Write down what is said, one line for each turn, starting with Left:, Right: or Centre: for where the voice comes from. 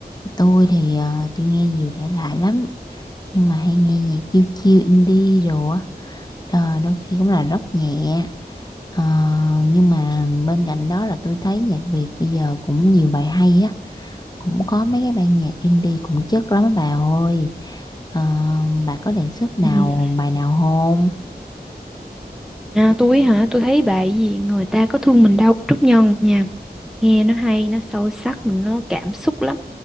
Left: tôi thì ờ, tôi nghe nhiều thể loại lắm nhưng mà hay nghe nhạc chill chill indie đồ á Ờ, đôi khi cũng là rock nhẹ Ờ, nhưng mà bên cạnh đó là tôi thấy nhạc Việt bây giờ cũng nhiều bài hay á cũng có mấy cái ban nhạc indie cũng chất lắm á bà ơi Ờ, bà có đề xuất nào
Centre: Ừ.
Left: bài nào không
Centre: À, tôi hả? Tôi thấy bài gì người ta có thương mình đâu Trúc Nhân nha. Nghe nó hay, nó sâu sắc, nó cảm xúc lắm.